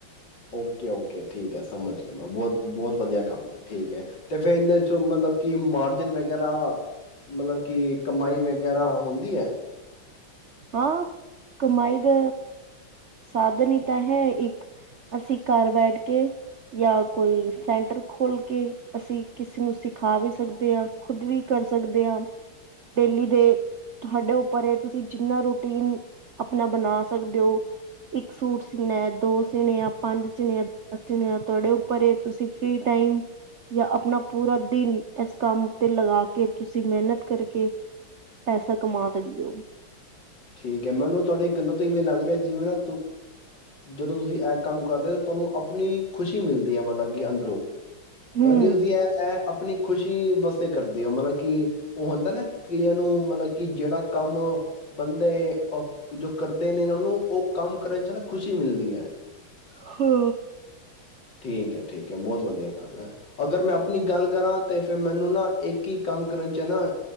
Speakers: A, on the left; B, on the right.
A: ਓਕੇ -ਓਕੇ ਠੀਕ ਹੈ ਸਮਝ ਕੇ ਮੈਂ ਬਹੁਤ ਬਹੁਤ ਵਧੀਆ ਕੰਮ ਹੈ ਠੀਕ ਹੈ। ਅੰਦੇ ਫਿਰ ਇਹਦੇ 'ਚੋਂ ਮਤਲਬ ਕਿ ਮਾਰਜਨ ਵਗੈਰਾ ਮਤਲਬ ਕਿ ਕਮਾਈ ਵਗੈਰਾ ਹੁੰਦੀ ਐ।
B: ਹਾਂ ਕਮਾਈ ਦਾ ਸਾਧਨ ਹੀ ਤਾਂ ਹੈ, ਇੱਕ ਅਸੀਂ ਘਰ ਬੈਠ ਕੇ ਜਾਂ ਕੋਈ ਸੈਂਟਰ ਖੋਲ ਕੇ ਅਸੀਂ ਕਿਸੇ ਨੂੰ ਸਿਖਾ ਵੀ ਸਕਦੇ ਆਂ, ਖੁਦ ਵੀ ਕਰ ਸਕਦੇ ਹਾਂ ਡੇਲੀ ਦੇ ਤੁਹਾਡੇ ਉੱਪਰ ਇਹ ਤੁਸੀਂ ਜਿੰਨਾ ਰੂਟੀਨ ਆਪਣਾ ਬਣਾ ਸਕਦੇ ਹੋ, ਇੱਕ ਸੂਟ ਸੀਣਾ ਆ ਦੋ ਸੀਣੇ ਆ ਪੰਜ ਸੀਣੇ ਆ ਦਸ ਸੀਨ ਆ ਤੁਹਾਡੇ ਉਪਰ ਤੁਸੀ ਫਰੀ ਟਾਈਮ ਯ ਆਪਣਾ ਪੂਰਾ ਦਿਨ ਇਸ ਕੰਮ ਤੇ ਲਗਾ ਕੇ ਤੁਸੀਂ ਮੇਹਨਤ ਕਰਕੇ ਪੈਸਾ ਕਮਾ ਸਕਦੇ ਹੋ।
A: ਠੀਕ ਹੈ ਮੈਨੂੰ ਤੁਹਾਡੀੇ ਗੱਲੋਂ ਤੋਂ ਇਵੇਂ ਲੱਗ ਰਿਹਾ ਜਿਵੇਂ ਨਾ ਜਦੋਂ ਤੁਸੀਂ ਇੱਕ ਕੰਮ ਕਰਦੇ ਤਾਂ ਤੁਹਾਨੂੰ ਆਪਣੀ ਖ਼ੁਸ਼ੀ ਮਿਲਦੀ ਹੈ। ਮਤਲਬ ਕਿ ਅੰਦਰੋਂ।
B: ਹੂੰ,
A: ਮਤਲਬ ਕਿ ਤੁਸੀਂ ਇਹ ਆਪਣੀ ਖੁਸ਼ੀ ਵਾਸਤੇ ਕਰਦੇ ਆਂ ਮਤਲਬ ਕਿ ਔ ਹੁੰਦਾ ਨਾ ਕਈਆਂ ਨੂੰ ਮਤਲਬ ਕਿ ਜੇੜਾ ਕੰਮ ਬੰਦੇ ਅ ਜੋ ਕਰਦੇ ਨੇ ਨਾ ਔਨਾਂ ਨੂੰ ਔ ਕੰਮ ਕਰਨ ਚ ਨਾ ਖੁਸ਼ੀ ਮਿਲਦੀ ਐ।
B: ਹੰ
A: ਠੀਕ ਐ, ਠੀਕ ਐ, ਬੌਤ ਵਧੀਆ ਗੱਲ ਐ, ਅਗਰ ਮੈਂ ਆਪਨੀ ਗੱਲ ਕਰਾਂ ਤੇ ਫੇਰ ਮੈਨੂੰ ਨਾ ਇੱਕ ਈ ਕੰਮ ਕਰਨ ਚ ਨਾ